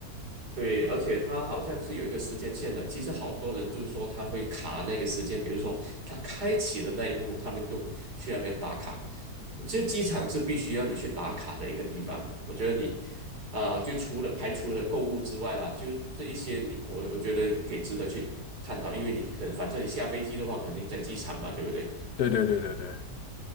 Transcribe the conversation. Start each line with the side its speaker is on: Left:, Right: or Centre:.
Right: 对，而且它好像是有一个时间线的。其实好多人就是说他会卡那个时间，比如说他开启的那一幕，他们就去那边打卡。这机场是必须要你去打卡的一个地方。我觉得你啊、就除了排除了购物之外啦，就这一些你我我觉得可以值得去探讨，因为你可反正你下飞机的话，肯定在机场嘛，对不对？
Left: 对对对对对，